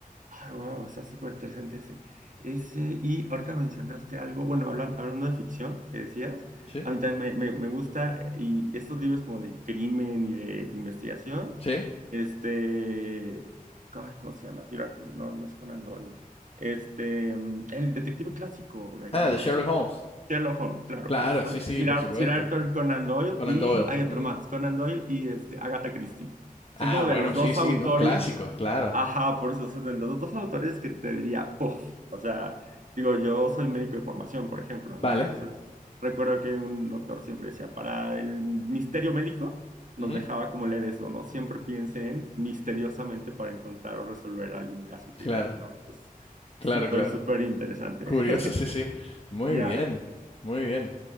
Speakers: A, on the right (about 60°); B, on the left (about 40°).
A: Ah, wow, está súper interesante ese. Ese, y ahorita mencionaste algo, bueno, hablan- hablando de ficción que decías,
B: ¿Sí?
A: a mí también me, me- me gusta, eh, y estos libros como de crimen y de investigación,
B: ¿Sí?
A: este, ay, ¿cómo se llama? Sir Arthur, no, no es Conan Doyle. Este, mm, el detective clásico de allá
B: Ah,
A: de
B: de Sherlock Holmes.
A: Sherlock Holmes, claro,
B: Claro,
A: por supuesto.
B: sí, sí,
A: Sir
B: por
A: Ar-
B: supuesto.
A: Sir Arthur Conan Doyle
B: Conan
A: y
B: Doyle.
A: hay otro
B: Ujú.
A: más, Conan Doyle y este, Agatha Christie.
B: Ah,
A: Son como
B: bueno,
A: de los dos
B: sí, sí,
A: autores,
B: dos clásicos, claro.
A: ajá, por eso, o sea, de los dos autores que te diría, puff, o sea, digo, yo soy médico de formación, por ejemplo,
B: Vale.
A: ¿no? Entonces, recuerdo que un doctor siempre decía, para el misterio médico, nos
B: Ujú.
A: dejaba como leer eso, ¿no? Siempre piensen misteriosamente para encontrar o resolver algún caso clínico,
B: Claro,
A: ¿no? Entonces,
B: claro,
A: súper,
B: claro.
A: súper interesante.
B: Curioso,
A: <laughs>
B: sí, sí. Muy
A: Ya,
B: bien, muy bien.